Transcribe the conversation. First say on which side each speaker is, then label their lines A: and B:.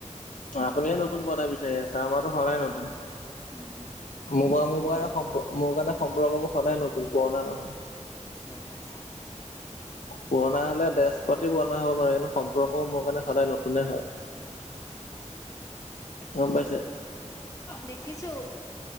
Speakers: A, on the left; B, on the left.
A: আপুনিয়ে নতুন পুৰণা বিচাৰি আছে, আমাৰতো সদায় নতুন।
B: উম
A: মোৰ পৰা
B: দেখিছো
A: মোৰ পৰা সম্প মোৰ কাৰণে সম্পৰ্কবোৰ সদায় নতুন পুৰণা নহয়।
B: দেখিছো।
A: পুৰণা হ'লে ডেছ পাতি পুৰণা হ'ব পাৰে, কিন্তু সম্পৰ্কও মোৰ কাৰণে সদায় নতুনে হয়। গম পাইছে
B: দেখিছো।